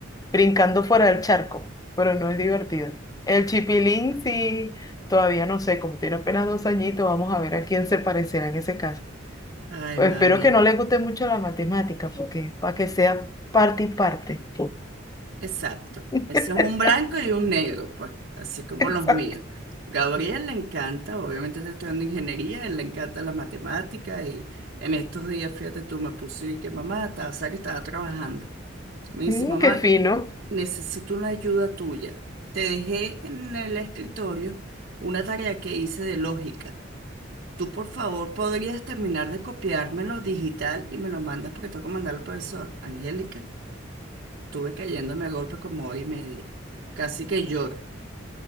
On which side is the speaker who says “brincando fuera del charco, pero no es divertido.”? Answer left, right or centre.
Left